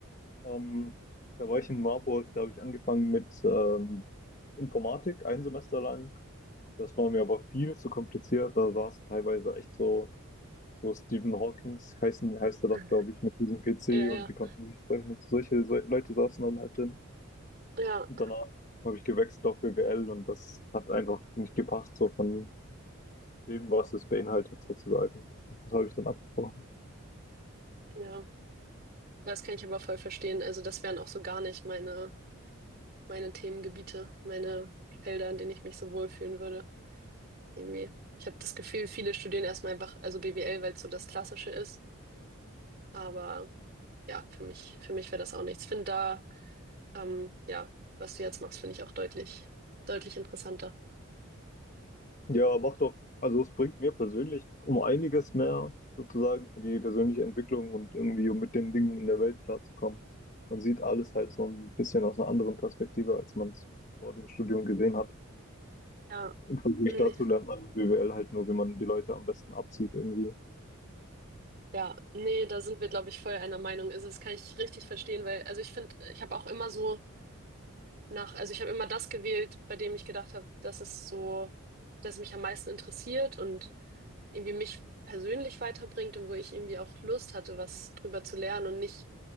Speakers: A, on the left (about 35°); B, on the right (about 45°).
A: ähm, da war ich in Marburg, da habe ich angefangen mit ähm, Informatik, ein Semester lang. Das war mir aber viel zu kompliziert. Da saß teilweise echt so So Stephen Hawkings heißen, heißt er doch,
B: <laughs>
A: glaube ich, mit diesem PC
B: Ja,
A: und
B: ja,
A: die konnten nicht sprechen. Solche, solche Leute saßen dann halt drin.
B: ja,
A: Und danach habe ich gewechselt auf BWL und das hat einfach nicht gepasst, so von dem, was es beinhaltet, sozusagen. Das habe ich dann abgebrochen.
B: ja. Das kann ich aber voll verstehen. Also das wären auch so gar nicht meine, meine Themengebiete, meine Felder, in denen ich mich so wohlfühlen würde. Irgendwie. Ich habe das Gefühl, viele studieren erstmal einfach, also BWL, weil es so das Klassische ist. Aber ja, für mich, für mich wäre das auch nichts. Ich finde da, ähm, ja, was du jetzt machst, finde ich auch deutlich, deutlich interessanter.
A: Ja, macht doch, also es bringt mir persönlich um einiges mehr, sozusagen, für die persönliche Entwicklung und irgendwie, um mit den Dingen in der Welt klarzukommen. Man sieht alles halt so ein bisschen aus einer anderen Perspektive, als man es vor dem Studium gesehen hat.
B: Ja,
A: Im Vergleich
B: nee,
A: dazu lernt man BWL halt nur, wie man die Leute am besten abzieht irgendwie.
B: ja, nee, da sind wir, glaube ich, voll einer Meinung. Also, das kann ich richtig verstehen, weil, also ich finde, ich habe auch immer so nach, also ich habe immer das gewählt, bei dem ich gedacht habe, dass es so, dass es mich am meisten interessiert und irgendwie mich persönlich weiterbringt und wo ich irgendwie auch Lust hatte, was drüber zu lernen und nicht